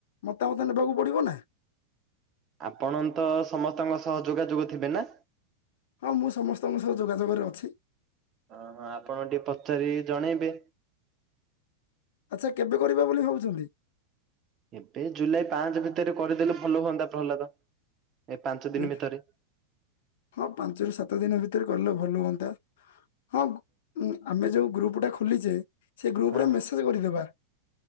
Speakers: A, on the left; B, on the right.
A: ମତାମତ ନେବାକୁ ପଡିବ ନା।
B: ଆପଣ ତ ସମସ୍ତଙ୍କ ସହ ଯୋଗାଯୋଗ ଥିବେନା।
A: ହଁ ମୁଁ ସମସ୍ତଙ୍କ ସହ ଯୋଗାଯୋଗରେ ଅଛି।
B: ହଁ ହଁ ଆପଣ ଟିକେ ପଚାରି ଜଣେଇବେ।
A: ଆଚ୍ଛା କେବେ କରିବା ବୋଲି ଭାବୁଛନ୍ତି।
B: ଏବେ ଜୁଲାଇ ପାଞ୍ଚ ଭିତରେ କରିଦେଲେ ଭଲ ହୁଅନ୍ତା ପ୍ରହ୍ଲାଦ। ଏ ପାଞ୍ଚ
A: ଜୁଲ-
B: ଦିନ ଭିତରେ।
A: ହଁ ପାଞ୍ଚରୁ ସାତ ଦିନ ଭିତରେ କରିଲେ ଭଲ ହୁଅନ୍ତା। ହଁ ଉଁ ଆମେ ଯୋଉ ଗ୍ରୁପଟା ଖୋଲିଛେ ସେଇ ଗ୍ରୁପରେ
B: ହଁ
A: ମେସେଜ କରିଦବା।